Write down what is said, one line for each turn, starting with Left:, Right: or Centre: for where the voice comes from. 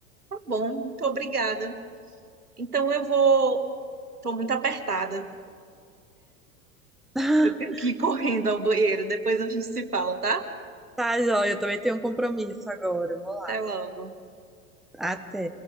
Right: Tá bom, muito obrigada. Então eu vou. Tô muito apertada.
Centre: <laughs>
Right: Eu tenho que ir correndo ao banheiro. Depois a gente se fala, tá?
Centre: Tá, joia, eu também tenho um compromisso agora. Eu vou lá.
Right: Até logo.
Centre: Até.